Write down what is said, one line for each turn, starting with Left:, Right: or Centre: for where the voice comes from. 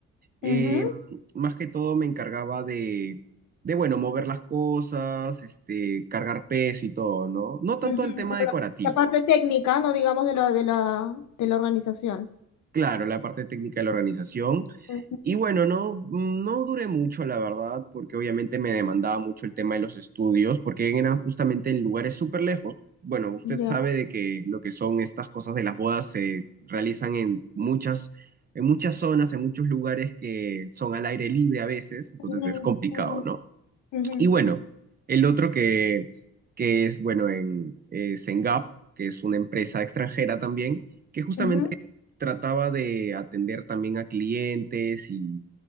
Left: ujú,
Right: Eh, más que todo me encargaba de, de, bueno, mover las cosas, este, cargar peso y todo, ¿no? No tanto
Left: ujú.
Right: el tema
Left: Como
Right: decorativo.
Left: la, la parte técnica, no digamos de la, de la, de la organización.
Right: Claro, la parte técnica de la organización
Left: Ujú,
Right: Y bueno, no, mm, no duré mucho, la verdad, porque obviamente me demandaba mucho el tema de los estudios, porque eran justamente en lugares súper lejos. Bueno, usted
Left: Ya.
Right: sabe de que lo que son estas cosas de las bodas se realizan en muchas, en muchas zonas, en muchos lugares que son al aire libre a veces, entonces
Left: Ujú,
Right: es complicado,
Left: ujú,
Right: ¿no?
Left: ujú,
Right: Y bueno, el otro que, que es, bueno, en, es en Gap, que es una empresa extranjera también, que justamente
Left: ujú.
Right: trataba de atender también a clientes y,